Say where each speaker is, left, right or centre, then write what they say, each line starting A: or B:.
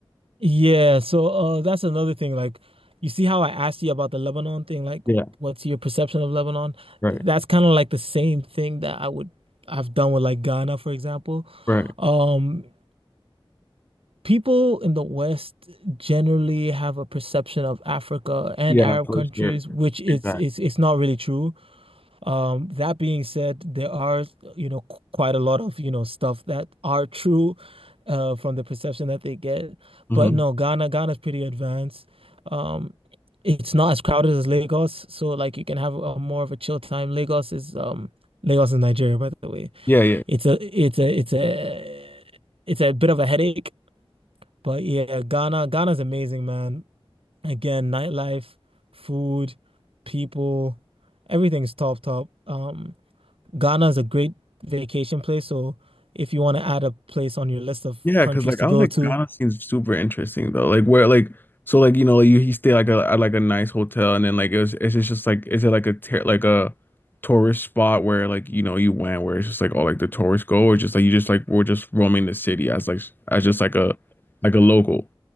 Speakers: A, on the right; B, on the left.
A: Yeah, so uh that's another thing. Like you see how I asked you about the Lebanon thing, like
B: Yeah,
A: what's your perception of Lebanon?
B: right,
A: Th- That's kind of like the same thing that I would I've done with like Ghana, for example.
B: right.
A: Um people in the West generally have a perception of Africa and
B: Yeah,
A: Arab
B: for
A: countries,
B: sure.
A: which it's
B: Exactly.
A: it's it's not really true. Um, that being said, there are, you know, qu- quite a lot of, you know, stuff that are true uh, from the perception that they get.
B: hmm
A: But no, Ghana, Ghana's pretty advanced. Um, it's not as crowded as Lagos, so like you can have a more of a chill time. Lagos is um Lagos is Nigeria, by the way.
B: Yeah, yeah.
A: It's a it's a it's a it's a bit of a headache, but yeah, Ghana, Ghana's amazing, man. Again, nightlife, food, people, everything's top top. Um Ghana is a great vacation place. So if you want to add a place on your list of
B: Yeah,
A: countries
B: because like
A: to
B: I
A: go
B: was like
A: to,
B: Ghana seems super interesting though. Like where like so like you know like, you he stay like a at like a nice hotel and then like it was it's just, just like is it like a ter like a tourist spot where like you know you went where it's just like all like the tourists go or just like you just like we're just roaming the city as like as just like a like a local.